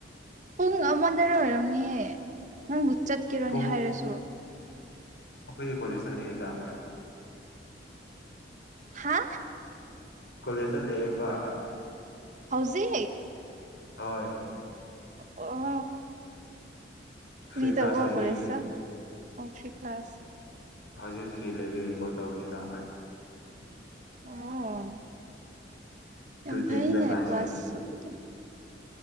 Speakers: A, on the right; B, on the left.
A: ꯄꯨꯡ ꯑꯃꯃꯗ ꯑꯣꯏꯔꯝꯅꯤꯌꯦ ꯅꯪꯕꯨ ꯆꯠꯀꯦꯔꯣꯅꯦ
B: ꯄꯨꯡ
A: ꯍꯥꯏꯔꯁꯨ
B: ꯑꯩꯈꯣꯏꯗꯤ ꯀꯣꯂꯦꯁꯇ ꯂꯩꯌꯦꯗ
A: ꯍꯥ
B: ꯀꯣꯂꯦꯁꯇ ꯂꯩꯌꯦꯕ
A: ꯍꯧꯖꯤꯛ
B: ꯍꯣꯏ
A: ꯑ‌ꯣ ꯀ꯭ꯔꯤ
B: ꯐ꯭ꯔꯤ ꯀ꯭ꯂꯥꯁ
A: ꯇꯧꯕ
B: ꯂꯩꯕꯩ
A: ꯀꯣꯂꯦꯁꯇ ꯑꯣ ꯐ꯭ꯔꯤ ꯀ꯭ꯂꯥꯁ
B: ꯍꯧꯖꯤꯛ ꯐꯤ ꯂꯩꯕꯒꯤ ꯀꯣꯜ ꯇꯧꯕꯅꯤꯗ
A: ꯑꯣ
B: ꯇꯨ
A: ꯌꯥꯝ
B: ꯇꯦꯟꯗ
A: ꯐꯥꯏꯅꯦ ꯀ꯭ꯂꯥꯁ
B: ꯂꯩ
A: ꯁꯞꯄꯨꯗꯤ